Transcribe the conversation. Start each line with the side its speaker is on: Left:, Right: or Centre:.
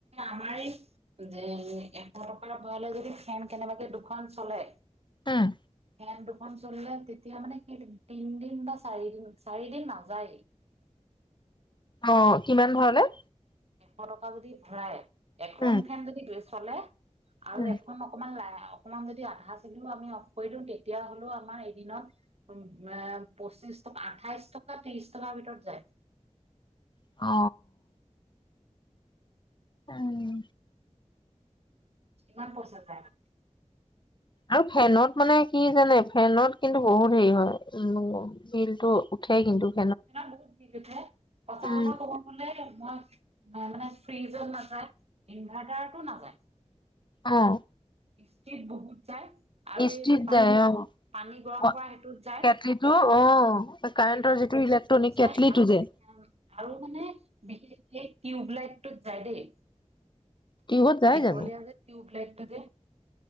Right: আমাৰ এই যে এশ টকাৰ ওপৰলৈ যদি ফেন কেনেবাকে দুখন চলে
Left: উম।
Right: ফেন দুখন চলিলে তেতিয়া মানে সেই তিনদিন বা চাৰিদিন, চাৰি দিন নাযায়েই
Left: অ', কিমান ভৰালে?
Right: এশ টকা যদি ভৰাই এখন
Left: উম
Right: ফেন যদি চলে আৰু
Left: উম
Right: এখন অকমান লাহে অকমান যদি আধা চলি আমি অফ কৰি দিওঁ, তেতিয়াহলেও আমাৰ এদিনত পচিশ টকা, আঠাইশ টকা-ত্ৰিশ টকাৰ ভিতৰত যায়
Left: অ উম
Right: ইমান পইচা যাই মানে
Left: আৰু ফেনত মানে কি জানে ফেনত কিন্তু বহুত হেৰি হয় উ বিলটো উঠে কিন্তু।
Right: ফেনত বহুত বিল উঠে, সঁচা
Left: উম
Right: কথা কব গলে মই মানে ফ্ৰিজত নাযায়, ইনভাৰ্টাৰতো নাযায়
Left: অ'।
Right: কিষ্টিত বহুত যায় আৰু
Left: ইস্ত্ৰিত
Right: এই যে পানী,
Left: যায় অ
Right: পানী গৰম
Left: অ
Right: কৰা সেইটোত যায়।
Left: কেটলিটো অ কাৰেণ্টৰ
Right: সেইটোত
Left: যিটো ইলেক্ট্ৰনিক
Right: বহুত যায়
Left: কেটলিটো
Right: আৰু
Left: যে
Right: ছেকেণ্ড আৰু মানে বিশেষ এই টিউব লাইটটোত যায় দেই
Left: কিহত যায়
Right: দীঘলীয়া
Left: জানো
Right: যে টিউব লাইট ক যে